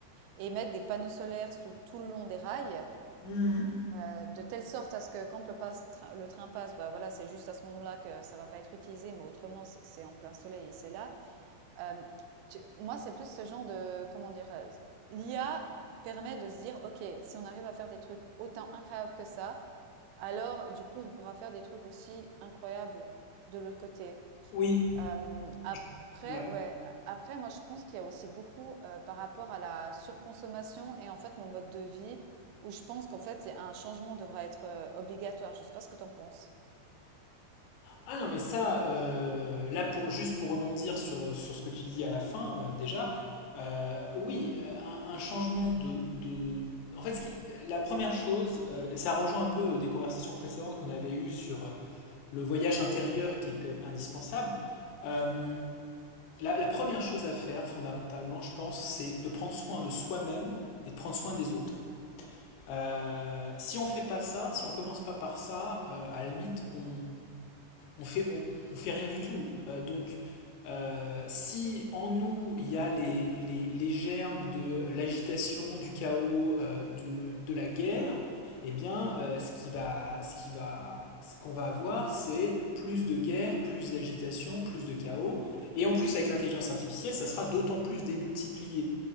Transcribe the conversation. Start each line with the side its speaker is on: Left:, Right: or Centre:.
Right: et mettre des panneaux solaires sous tout le long des rails,
Left: Mmh.
Right: heu, de telle sorte à ce que quand le passe train le train passe, bah, voilà, c'est juste à ce moment-là que ça va pas être utilisé, mais autrement, c'est c'est en plein soleil et c'est là. Hem, tu moi, c'est plus ce genre de comment dire? Heu, l'IA permet de se dire: «OK, si on arrive à faire des trucs autant incroyables que ça, alors, du coup, on pourra faire des trucs aussi incroyables de l'autre côté.
Left: Oui,
Right: Euh, après,
Left: je... ouais.
Right: ouais, a- après, moi, je pense qu'il y a aussi beaucoup euh, par rapport à la surconsommation et en fait nos modes de vie, où je pense qu'en fait, il y a un changement devra être euh, obligatoire. Je sais pas ce que tu en penses.
Left: Ah non, mais ça, euh, là, pour, juste pour rebondir sur, sur ce que tu dis à la fin, euh, déjà, euh, oui, euh, un, un changement de, de- En fait, ce qui- la première chose, euh, ça rejoint un peu des conversations précédentes qu'on avait eues sur euh, le voyage intérieur qui est quand même indispensable. Euh, la, la première chose à faire, fondamentalement, je pense, c'est de prendre soin de soi-même et de prendre soin des autres. Euh, si on fait pas ça, si on commence pas par ça, euh, à la limite, on on fait, on, on fait rien du tout. Euh, donc, euh, si en nous il y a les, les, les germes de l'agitation, du chaos, euh, de, de la guerre, eh bien, euh, ce qui va, ce qui va, ce qu'on va avoir, c'est plus de guerre, plus d'agitation, plus de chaos. Et en plus, avec l'intelligence artificielle, ça sera d'autant plus démultiplié.